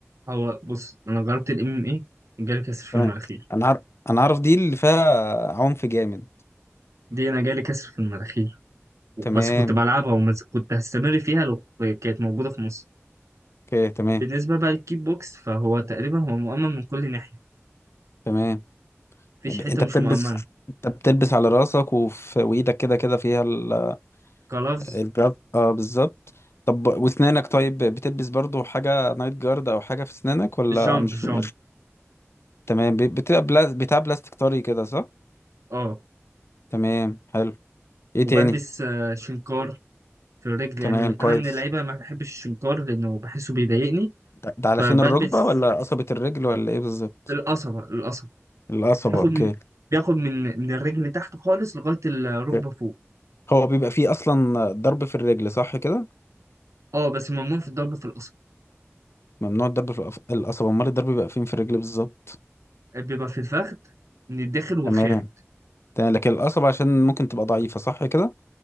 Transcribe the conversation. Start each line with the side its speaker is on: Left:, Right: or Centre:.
Right: هو بص أنا جربت الام ام ايه جالي كسر في
Left: تمام
Right: المناخير
Left: انا عارف انا عارف دي اللي فيها عنف جامد
Right: دي أنا جالي كسر في المناخير بس
Left: تمام
Right: كنت بلعبها وكنت هستمر فيها لو كانت موجودة في مصر
Left: اوكي تمام
Right: بالنسبة بقى للكيك بوكس فهو تقريبا هو مؤمن من كل ناحية
Left: تمام
Right: مفيش
Left: يعني
Right: حتة
Left: انت
Right: مش
Left: بتلبس
Right: مؤمنة
Left: انت بتلبس على راسك وفي وايدك كده كده فيها ال-
Right: كلفظ
Left: الجارد اه بالظبط طب واسنانك طيب بتلبس برضو حاجة نايت جارد او حاجة في اسنانك ولا
Right: جامب
Left: مش
Right: جامب
Left: مش تمام بي- بتبقى بلا... بتاع بلاستيك طري كده صح
Right: اه
Left: تمام حلو ايه
Right: وبلبس
Left: تاني
Right: آه، شنكار في الرجل
Left: تمام
Right: يعني
Left: كويس
Right: انا من اللعيبه ما بحبش الشنكار لانه بحسه بيضايقني
Left: ده, ده علشان
Right: فبلبس
Left: الركبة ولا قصبة الرجل ولا ايه بالظبط
Right: القصبه القصبه
Left: القصبة
Right: بياخد
Left: اوكي
Right: من بياخد من من الرجل تحت خالص لغايه الركبه
Left: اوكي.
Right: فوق
Left: هو بيبقى فيه اصلا ضرب في الرجل صح كده
Right: اه بس ممنوع في الضرب في القصبه
Left: ممنوع الضرب في القف- القصبة امال الضرب بيبقى فين في الرجل بالظبط
Right: بيبقى في الفخذ من الداخل والخارج
Left: تمام تمام لكن القصب عشان ممكن تبقى ضعيفة صح كده؟